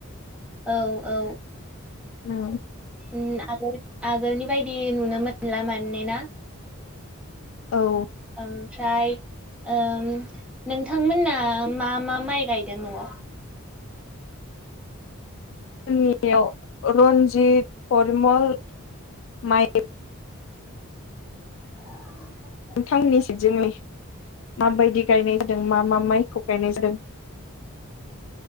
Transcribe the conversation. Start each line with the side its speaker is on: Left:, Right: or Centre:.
Centre: औ औ
Left: ओम
Centre: ओम आगोल आगोलनि बायदि नुनो मोनला मान ना?
Left: औ
Centre: ओमफ्राय ओम नोंथांमोना मा मा माइ गायदों न'आव?
Left: जोंनियाव रन्जित परिमल माइ
Centre: औ
Left: नोंथांनि सिबजंनि माबायदि गायनाय जादों मा मा माइखौ गायनाय जादों